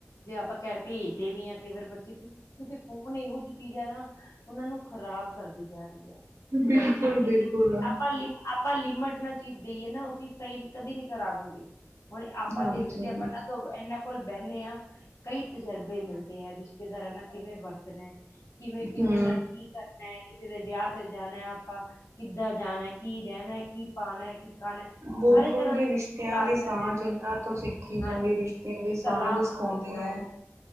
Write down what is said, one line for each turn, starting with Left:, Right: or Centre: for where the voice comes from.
Left: ਜੇ ਆਪਾਂ ਕਹਿ ਭੇਜਦੇ ਵੀ ਹਾਂ। ਕਈ ਵਾਰ ਬੱਚੇ ਕਿ, ਕਿਉਂਕਿ ਫੋਨ ਇਹੋ ਜਿਹੀ ਚੀਜ਼ ਹੈ ਨਾ‌‌। ਉਹਨਾਂ ਨੂੰ ਖ਼ਰਾਬ ਕਰਦੀ ਜਾ ਰਹੀ ਐ।
Right: ਬਿਲਕੁਲ
Left: ਕਈ ਚੀਜ਼ ਚ
Right: ਬਿਲਕੁਲ
Left: ਆਪਾ ਲਿਮ ਆਪ ਆਪਾਂ ਲਿਮਟ ਨਾਲ ਚੀਜ਼ ਦੇਈਏ ਨਾ। ਉਹ ਚੀਜ਼ ਸਹੀ, ਕਦੇ ਨੀ ਖਰਾਬ ਹੁੰਦੀ। ਹੁਣ ਆਪਾਂ
Right: ਹਾਂਜੀ
Left: ਦੇਖਦੇ ਜੇ, ਆਪਾਂ ਇਹਨਾਂ ਤੋਂ ਇਹਨਾਂ ਕੋਲ ਬੈਨਿਆ। ਕਈ ਤਜਰਬੇ ਮਿਲਦੇ ਐ, ਰਿਸ਼ਤੇਦਾਰਾਂ ਨਾਲ ਕਿਵੇਂ ਵਰਤ ਕਰਨਾ ਐ, ਕਿਵੇਂ ਕਿਹਦੇ
Right: ਹੂੰ
Left: ਨਾਲ ਕੀ ਕਰਨਾ ਕਿਦੇ ਵਿਆਹ ਤੇ ਜਾਣਾ ਆਪਾਂ ਕਿੱਦਾਂ ਜਾਣਾ, ਕੀ ਰਹਿਣਾ, ਕੀ ਪਾਣਾ ਐ, ਕੀ ਖਾਣਾ ਹੈ।
Right: ਬਿਲਕੁਲ
Left: ਹਰ ਇੱਕ ਤਰ੍ਹਾਂ
Right: ਜੀ
Left: ਦੇ
Right: ਰਿਸ਼ਤਿਆਂ
Left: ਸੰਸਕਾਰ
Right: ਦੀ
Left: ਮਿਲਦੇ
Right: ਸਾਂਝ
Left: ਨੇ
Right: ਇਹਨਾਂ
Left: ਉਹਨਾਂ ਨੂੰ
Right: ਤੋਂ ਸਿੱਖੀ ਜਾਂਦੀ।
Left: ਹਾਂਜੀ
Right: ਰਿਸ਼ਤਿਆਂ ਦੀ ਸਾਂਝ
Left: ਸਲਾਹਾਂ
Right: ਸਿਖਾਉਦੇ
Left: ਹਾਂਜੀ
Right: ਐ।